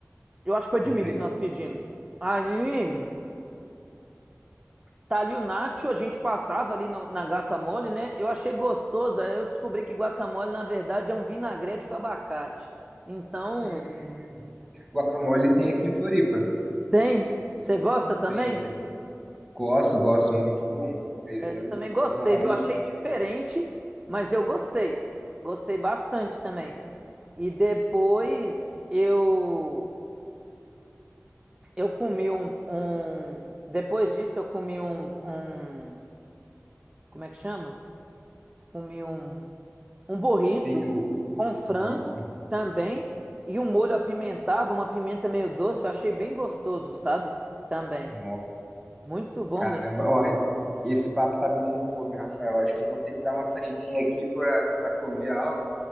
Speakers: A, on the right; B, in the centre.
A: Eu acho que foi
B: perfeito.
A: de milho que nós pedimos. Ali, tá ali o nacho, a gente passava ali no- na guacamole, né? Eu achei gostoso, aí eu descobri que guacamole, na verdade, é um vinagrete com abacate. Então,
B: Hum. Guacamole tem aqui em Floripa.
A: tem? Você gosta também?
B: Tem, tem. Gosto, gosto, muito bom. É,
A: É,
B: é
A: eu
B: o-
A: também gostei,
B: com a-
A: viu?
B: um-
A: Achei diferente, mas eu gostei. Gostei bastante também. E depois eu eu comi um, um- depois disso eu comi um, um como é que chama? Comi um Um burrito
B: tem o
A: com frango
B: burrito.
A: também e um molho apimentado, uma pimenta meio doce. Eu achei bem gostoso, sabe? Também.
B: Nossa,
A: Muito bom
B: caramba.
A: mesmo.
B: Olha, esse papo tá me dando fome, Rafael. Acho que eu vou ter que dar uma saidinha aqui para comer algo.